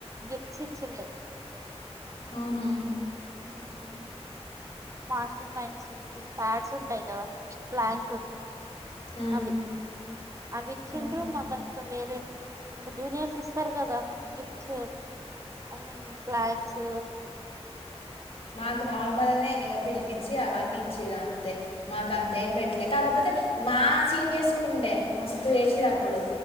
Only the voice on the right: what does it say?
గిఫ్ట్స్ ఇచ్చుండే.
హుహ్ మాస్టర్ మైండ్స్ నుంచి ప్యాడ్స్ ఉంటాయి కదా బ్లాంకు
అవి అవిచ్చిండ్రు.
మళ్ళా ఇంకా వేరే ఇగా జూనియర్స్ ఇస్తరు గాదా గిఫ్టసు ఐమన్ ఫ్లాగ్సు